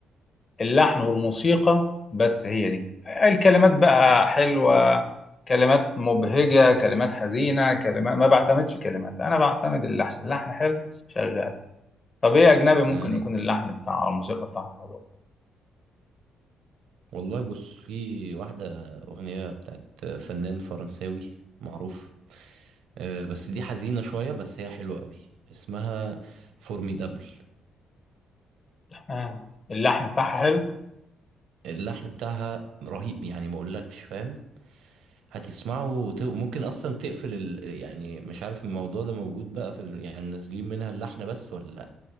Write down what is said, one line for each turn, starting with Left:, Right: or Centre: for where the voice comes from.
Left: اللحن والموسيقى بس هي دي الكلمات بقى حلوة كلمات مبهجة كلمات حزينة كلمات ما بعتمدش كلمات أنا بعتمد اللحن اللحن حلو شغال طب إيه أجنبي ممكن
Right: آه.
Left: يكون اللحن بتاع أو الموسيقى بتاعته حلوة
Right: والله بص في واحدة أغنية بتاعت فنان فرنساوي معروف آه، بس دي حزينة شوية بس هي حلوة قوي اسمها فورميدابل
Left: آه، اللحن بتاعها حلو
Right: اللحن بتاعها رهيب يعني ما اقولكش فاهم هتسمعه وت... ممكن اصلا تقفل ال... يعني مش عارف الموضوع ده موجود بقى في ال... يعني نازلين منها اللحن بس ولا لا